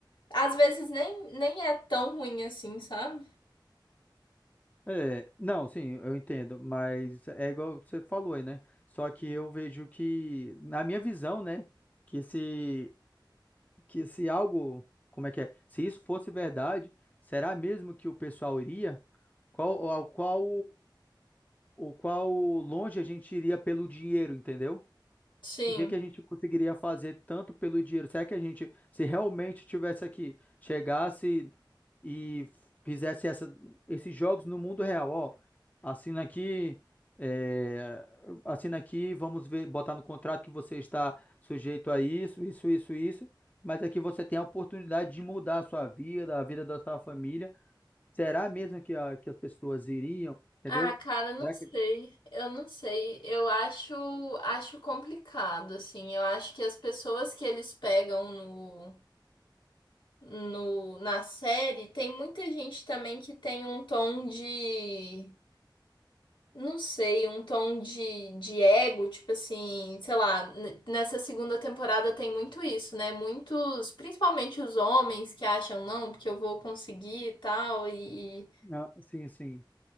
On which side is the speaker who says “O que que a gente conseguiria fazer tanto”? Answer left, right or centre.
Left